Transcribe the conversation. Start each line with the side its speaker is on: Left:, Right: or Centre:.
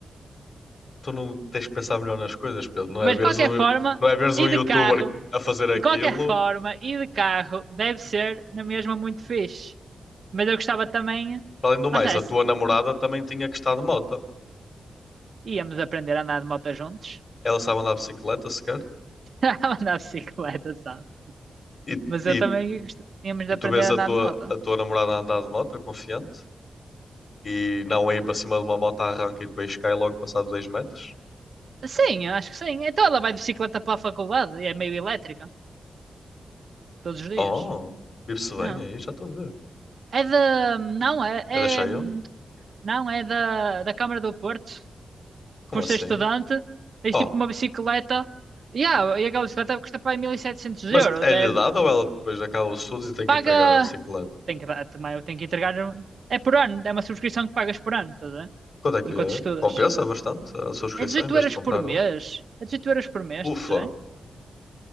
Left: tu não tens que pensar melhor nas coisas, Pedro. Não
Right: Mas
Left: é veres
Right: de qualquer
Left: um,
Right: forma,
Left: não é veres
Right: e
Left: um youtuber
Right: de carro?
Left: a fazer aquilo.
Right: De qualquer forma, e de carro, deve ser na mesma muito fixe. Mas eu gostava também.
Left: Além do mais,
Right: Lá está,
Left: a
Right: se-
Left: tua namorada também tinha que estar de moto.
Right: íamos aprender a andar de moto juntos.
Left: Ela sabe andar de bicicleta sequer.
Right: <laughs> A andar de bicicleta, sabe?
Left: E,
Right: Mas
Left: e,
Right: eu também gost- tínhamos de
Left: e
Right: aprender
Left: tu vês
Right: a
Left: a
Right: andar
Left: tua,
Right: de moto.
Left: a tua namorada a andar de moto, confiante, e não a ir para cima de uma moto à arranca e depois cai logo passado dois metros.
Right: Sim, eu acho que sim. Então ela vai de bicicleta pela faculdade e é meio elétrica. Todos os dias.
Left: Oh, vive-se bem
Right: Não.
Left: aí, já estou a ver.
Right: É da. Não, é.
Left: É da Xiaomi?
Right: é- Não, é da, da Câmara do Porto.
Left: Como
Right: Por
Left: assim?
Right: ser estudante, tens
Left: Oh,
Right: tipo uma bicicleta. Yeah, e aquela bicicleta custa para aí 1700
Left: mas
Right: euros.
Left: é-lhe
Right: É
Left: dado ou ela depois acaba os estudos e tem que
Right: paga.
Left: entregar a bicicleta?
Right: Tem que, dar- também eu tenho que entregar. É por ano, é uma subscrição que pagas por ano, estás a ver?
Left: Quanto é que
Right: Enquanto
Left: é?
Right: estudas.
Left: Compensa bastante a subscrição
Right: É 18
Left: em vez
Right: euros
Left: de comprar
Right: por mês.
Left: um?
Right: É 18 euros por mês, estás
Left: Ufa,
Right: a ver?